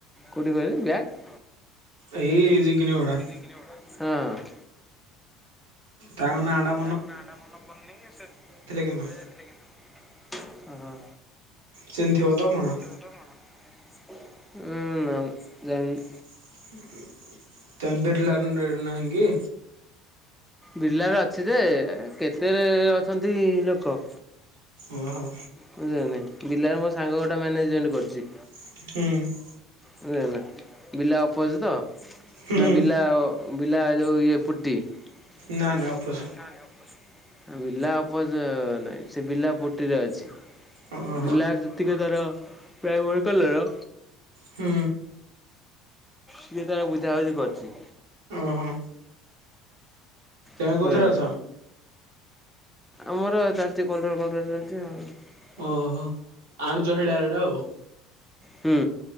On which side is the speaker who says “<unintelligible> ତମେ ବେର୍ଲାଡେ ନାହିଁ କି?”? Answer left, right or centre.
Right